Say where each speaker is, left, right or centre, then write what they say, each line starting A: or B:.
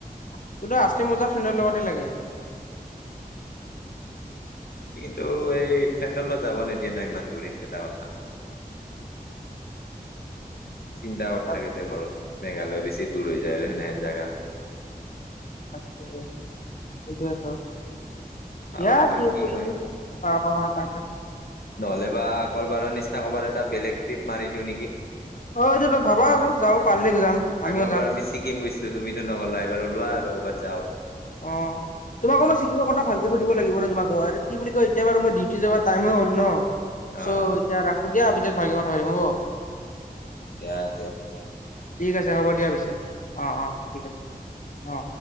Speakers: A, on the left (about 55°); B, on the left (about 80°).
A: তোৰ আছলি মজা ফ্ৰেণ্ডৰ লগতে লাগে।
B: টো এই ফ্ৰেণ্ডৰত যাব নিদিয়ে ন ইমান দূৰিত তাৰথা। চিন্তা কৰ
A: তব
B: থাকে যে ঘৰত। মেঘালয় বেছি দূৰ হৈ যায় আৰু সেনেহেন জাগা।
A: তাকে কোৱে
B: চাওঁ
A: ইয়
B: ৰ'বা
A: কি বুলিল
B: হয়
A: ক। অ তাকেটো।
B: নহলে বা আগৰবাৰৰ নিচিনা কবাৰ এটা বেলেগ ট্ৰিপ মাৰি দিওঁ নেকি?
A: অ এইটোতো ভাবা আৰু যাও পাৰিলকে যাম
B: আগৰ
A: আমিও যাম।
B: বাৰ আমি ছিকিম গৈছিলো তুমিতো নগলাই এবাৰো ওলোৱা আৰু'ৰবাত যাও।
A: অ তোমাক অমান শিকিব কথা ভালকে সুধিব লাগিব ৰ তোমাকো আৰু কি বুলি কয় এতিয়া বাৰু মই ডিউটি যাব টাইমো হল ন
B: অ
A: চৌ হ'ল ন চ' এতিয়া ৰাখো দিয়াপিছত ভালি কথা পাতিম হ'ব।
B: এয়াতে।
A: ঠিক আছে হ'ব দিয়া পিছে, অ অ ঠিক আছে অ।